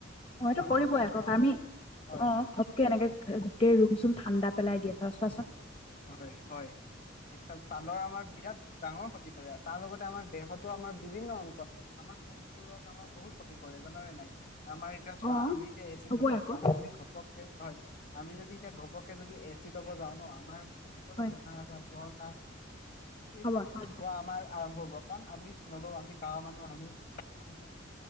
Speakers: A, on the left; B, on the left.
A: কিন্তু
B: অ', এইটো
A: আমি
B: কৰিবই
A: কি
B: এককৌ
A: হ'ব
B: আমি
A: সেই হয়,
B: অ' এনেকে গোটেই ৰুম চুম ঠাণ্ডা পেলাই দিয়া থ চোৱাচোন।
A: হয়, হয়। ছালৰ আমাৰ বিৰাট ডাঙৰ ক্ষতি কৰে। তাৰ লগতে আমাৰ দেহতো আমাৰ বিভিন্ন অংশ আমাৰ পোহবোৰত আমাৰ বহুত ক্ষতি কৰে জান নে নাই আমাৰ এতিয়া চোৱা
B: অ
A: আমি এতিয়া এ চিত
B: হ'বই
A: নাথাকো।
B: আকৌ
A: আমি যদি ঘ হয়। আমি যদি এতিয়া ঘপককে যদি এ চি ল'ব যাও ন আমাৰ বিভিন্ন ধৰণৰ
B: হয়
A: বেমাৰ আজাৰ জ্বৰ ক সেইবোৰ
B: হ'ব হয় হয়
A: হোৱা আমাৰ আৰম্ভ হ দোকান আমি নলো আমি গাঁৱ মানুহ আমি আমি